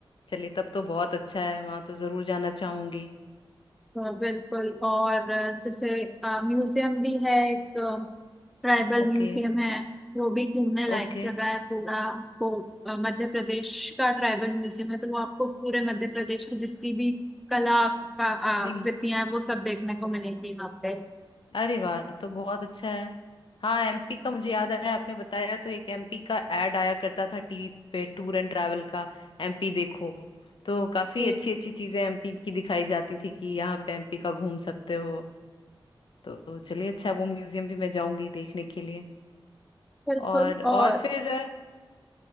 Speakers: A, on the left (about 65°); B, in the centre.
A: चलिए तब तो बहुत अच्छा है वहां तो जरूर जाना चाहूंगी
B: हाँ, बिल्कुल और अ, जैसे म्यूजियम भी है एक ट्राइबल
A: Okay
B: म्यूजियम है वो भी घूमने लायक
A: okay
B: जगह है पूरा वो अ, मध्य प्रदेश का ट्राइबल म्यूजियम है तो वो आपको पूरे मध्य प्रदेश की जितनी भी कला का अ,
A: जी
B: कृतियां हैं वो सब देखने को मिलेंगी वहाँ पे
A: अरे वाह तो बहुत अच्छा है हाँ एमपी का मुझे याद आया आपने बताया तो एक एमपी का एड आया करता था टीवी पे टूर एंड ट्रैवल का एमपी देखो तो काफी
B: जी,
A: अच्छी अच्छी चीजें एमपी की दिखाई जाती थी कि यहाँ पे एमपी का घूम सकते हो तो चलिए अच्छा है, वो म्यूजियम भी मैं जाऊंगी देखने के लिए
B: बिल्कुल
A: और
B: और
A: और फिर